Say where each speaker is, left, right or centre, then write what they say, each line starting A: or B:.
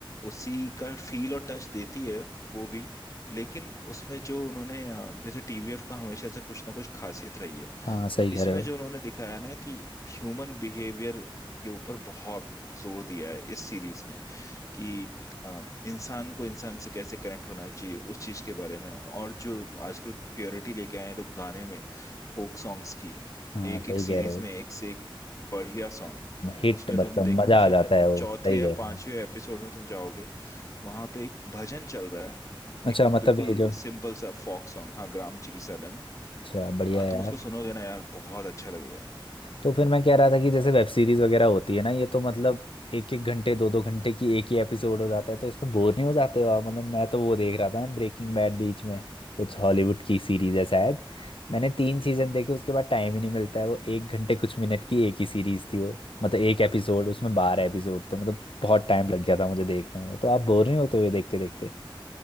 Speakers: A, on the left; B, on the left.
A: उसी का फील और टच देती है वो भी लेकिन उसमें जो उन्होंने अ, जैसे टीवीएफ का हमेशा से कुछ ना कुछ खासियत रही है
B: हाँ सही
A: तो
B: कह
A: इसमें
B: रहे हो
A: जो उन्होंने दिखाया ना कि ह्यूमन बिहेवियर के ऊपर बहुत जोर दिया है इस सीरीज में कि अ, इंसान को इंसान से कैसे कनेक्ट होना चाहिए उस चीज के बारे में और जो आजकल प्योरिटी लेके आए हैं लोग गाने में फोक सॉन्ग्स की
B: हाँ
A: एक
B: सही
A: एक सीरीज
B: कह रहे हो
A: में एक से एक बढ़िया सॉन्ग
B: हिट
A: उसमें
B: मतलब
A: तुम देखना
B: मजा
A: शायद
B: आ जाता है वो
A: चौथे
B: सही
A: या
B: कह
A: पांचवे
B: रहे हैं
A: एपिसोड में तुम जाओगे वहां पे एक भजन चल रहा है
B: अच्छा
A: एक
B: मतलब
A: बिल्कुल
B: ये जो
A: सिंपल सा फोक सॉन्ग हाँ ग्राम चिकित्सालय में
B: अच्छा बढ़िया
A: आ
B: है
A: तुम
B: यार
A: उसको सुनोगे ना यार बहुत अच्छा लगेगा
B: तो फिर मैं कह रहा था कि जैसे वेब सीरीज वगैरह होती है ना ये तो मतलब एक एक घंटे दो दो घंटे की एक ही एपिसोड हो जाता है तो इसमें बोर नहीं हो जाते हो आप? मतलब मैं तो वो देख रहा था ना ब्रेकिंग बैड बीच में कुछ हॉलीवुड की सीरीज है शायद मैंने तीन सीजन देखे उसके बाद टाइम ही नहीं मिलता है वो एक घंटे कुछ मिनट की एक ही सीरीज थी वो मतलब एक एपिसोड उसमें बारह एपिसोड थे मतलब बहुत टाइम लग गया था मुझे देखने में वो। तो आप बोर नहीं होते हुए देखते देखते